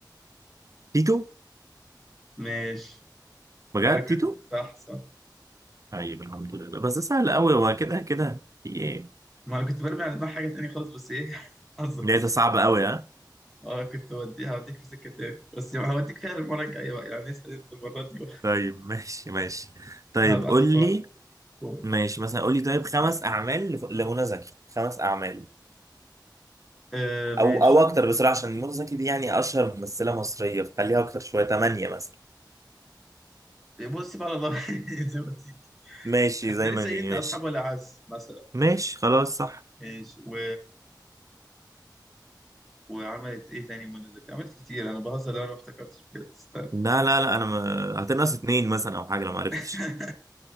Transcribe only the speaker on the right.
تيتو
بجد
تيتو
طيب الحمد لله بس ده سهل قوي هو كده كده في ايه
لقيتها
صعبة قوي ها
طيب ماشي ماشي طيب
قول
لي
ماشي مثلا قولي طيب خمس اعمال لف- لمنى زكي خمس اعمال
او او اكتر بصراحه عشان منى زكي دي يعني اشهر ممثله مصريه فخليها اكتر شويه ثمانيه مثلا
ماشي
زي
ما دي
ماشي
ماشي خلاص صح
لا لا لا انا ما... هتنقص اتنين مثلا او حاجه لو ما عرفتش